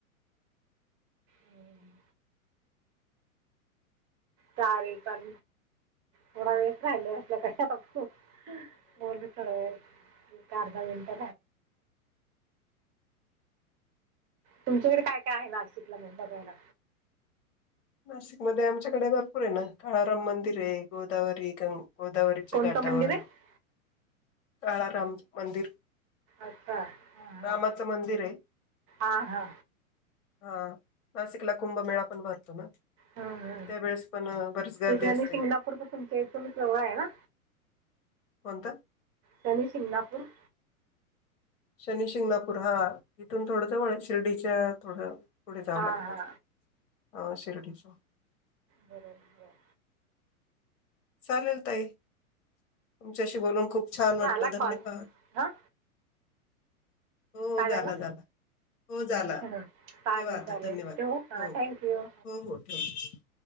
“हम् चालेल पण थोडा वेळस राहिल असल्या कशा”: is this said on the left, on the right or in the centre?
Right